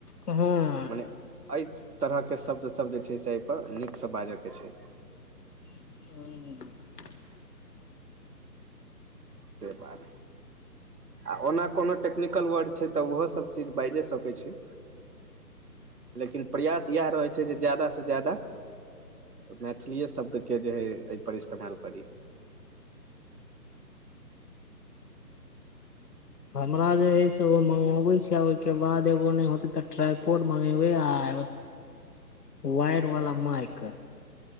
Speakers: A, on the left (about 70°); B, on the right (about 65°).
A: हुँ
B: मने एहि तरहके शब्दसभ जे छै से एहिपर नीकसँ बाजयके छै
A: <inaudible>
B: से बात आ ओना कोनो टेक्निकल वर्ड छै तऽ ओहोसभ चीज बाइजे सकै छी लेकिन प्रयास येह रहै छै जादा से जादा मैथिलीए शब्द के जे हय एहि पर इस्तेमाल करी
A: हमरा जे हइ से ओ मगाबै छै आ ओहिके बाद एगो नहि होतै तऽ ट्राइपोर्ट मगेबै आ वायर वलाा माइक